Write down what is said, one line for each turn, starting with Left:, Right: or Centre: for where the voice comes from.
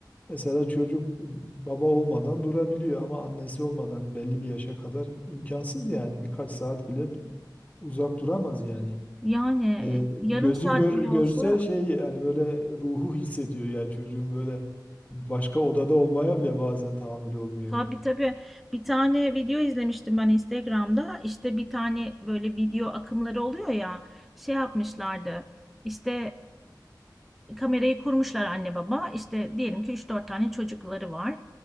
Left: Mesela çocuk baba olmadan durabiliyor ama annesi olmadan belli bir yaşa kadar imkansız yani. Birkaç saat bile uzak duramaz yani.
Centre: Yani e,
Left: Ee, gözü
Centre: yarım saat
Left: gör,
Centre: bile
Left: görse
Centre: olsa
Left: şey yani böyle ruhu hissediyor yani çocuğun böyle başka odada olmaya bile bazen tahammülü olmuyor.
Centre: Tabii tabii. Bir tane video izlemiştim ben Instagram'da. İşte bir tane böyle video akımları oluyor ya. Şey yapmışlardı. İşte kamerayı kurmuşlar anne baba. İşte diyelim ki üç dört tane çocukları var.